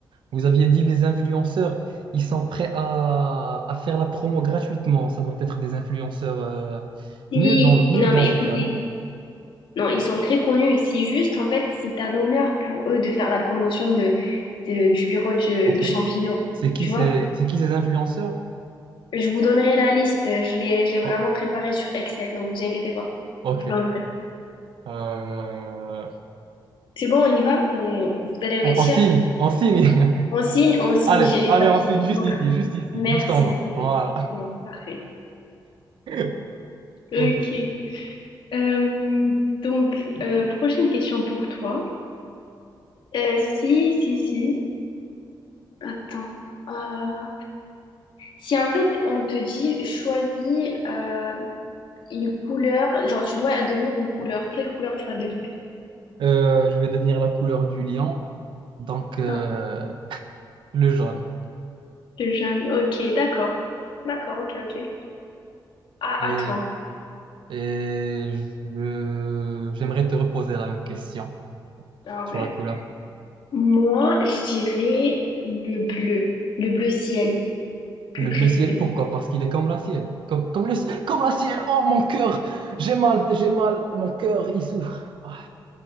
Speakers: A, on the right (about 80°); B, on the left (about 80°).
A: vous aviez dit les influenceurs, ils sont prêts à, à faire la promo gratuitement. Ça doit être des influenceurs euh,
B: Si,
A: nuls dans, nuls
B: non
A: dans
B: mais
A: ce
B: écoutez.
A: cas, non?
B: Non, ils sont très connus. C'est juste, en fait, c'est un honneur pour eux de faire la promotion de, de- du bureau de,
A: Ok.
B: de champignons.
A: C'est qui,
B: Tu
A: ces-
B: vois?
A: c'est qui ces influenceurs?
B: Je vous donnerai la liste. Je l'ai, je l'ai vraiment
A: Oh,
B: préparée sur Excel, donc vous inquiétez pas.
A: ok.
B: Je vous l'enverrai.
A: Euh,
B: C'est bon, on y va? On, vous allez investir?
A: on, on signe, on signe. <laughs>
B: On signe? On signe.
A: Allez,
B: J'ai les
A: allez,
B: papiers.
A: on signe juste ici, juste ici,
B: Merci.
A: juste en bas. Voilà.
B: C'est bon, parfait.
A: <laughs>
B: Ok.
A: Ok.
B: Euh, donc, euh, prochaine question pour toi. Euh, si, si, si. Attends. Euh, Si en fait on te dit choisis euh, une couleur, genre tu dois devenir une couleur, quelle couleur tu vas devenir?
A: Euh, je vais devenir la couleur du lion, donc euh,
B: Ah,
A: le jaune.
B: le jaune. Ok, d'accord. D'accord, ok, ok. À,
A: Et,
B: à toi.
A: et je- j'aimerais te reposer la même question
B: Ah
A: sur
B: ouais.
A: la couleur.
B: Moi, je dirais le bleu, le bleu ciel, plus
A: Le bleu
B: précisément.
A: ciel, pourquoi? Parce qu'il est comme la ciel. Comme, comme, le, comme la ciel. Oh, mon cœur! J'ai mal, j'ai mal. Mon cœur, il souffre. Ah,